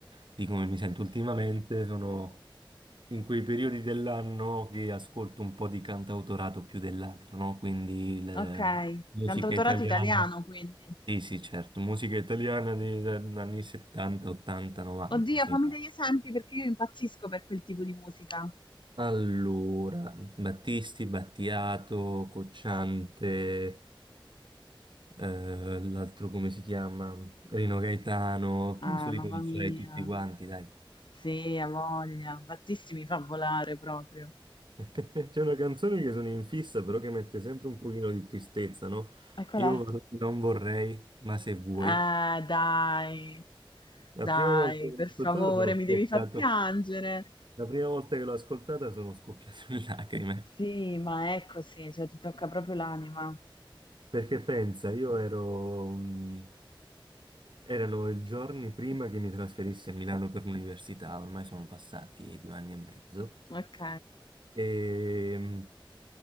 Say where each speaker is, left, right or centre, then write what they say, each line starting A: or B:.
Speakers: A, on the right; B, on the left.
A: di come mi sento ultimamente. Sono in quei periodi dell'anno che ascolto un po' di cantautorato più dell'altro, no? Quindi il-
B: Ok,
A: musica
B: cantautorato
A: italiana.
B: italiano quindi.
A: Sì, sì, certo, musica italiana degli anni 70, 80, 90
B: Oddio,
A: fino
B: fammi
A: a...
B: degli esempi perché io impazzisco per quel tipo di musica.
A: Allora, Battisti, Battiato, Cocciante, eh, l'altro come si chiama? Rino Gaetano, penso
B: Ah,
A: di
B: mamma
A: conoscere
B: mia.
A: tutti quanti, dai.
B: Sì, ha voglia. Battisti mi fa volare proprio.
A: <laughs> C'è una canzone che sono in fissa, però che mette sempre un pochino di tristezza, no?
B: E qual
A: Io
B: è?
A: vor- non vorrei, ma se vuoi.
B: Eh, dai,
A: La
B: dai,
A: prima volta che l'ho
B: per
A: ascoltata
B: favore,
A: sono
B: mi
A: scoppiato.
B: devi far piangere.
A: La prima volta che l'ho ascoltata sono scoppiato in lacrime.
B: Sì, ma è così, cioè ti tocca proprio l'anima.
A: Perché pensa, io ero, mh, erano i giorni prima che mi trasferissi a Milano per l'università, ormai sono passati due anni e mezzo,
B: Ok,
A: e, mh,